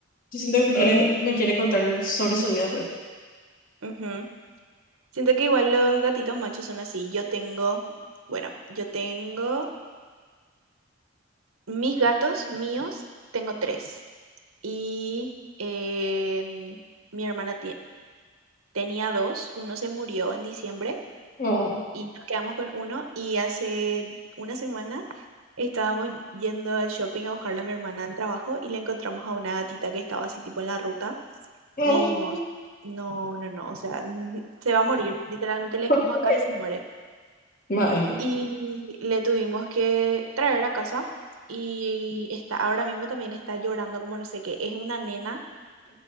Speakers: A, on the left; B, on the right.
A: Yo siento que me quiere, me quiere contar sobre su vida, pero
B: Ujú. Siento que igual los gatitos machos son así. Yo tengo, bueno, yo tengo mis gatos míos, tengo tres. y en- mi hermana tie- tenía dos, uno se murió en diciembre
A: no,
B: y nos quedamos con uno y hace una semana estábamos y- yendo al shopping a buscarle a mi hermana al trabajo y le encontramos a una gatita que estaba así tipo en la ruta
A: no.
B: y dijimos, no, no, no, o sea, <laughs> se va a morir, literalmente le dejamos
A: <laughs>
B: acá y se muere.
A: Bueno.
B: Y le tuvimos que traer a casa y está, ahora mismo también está llorando como no sé qué, es una nena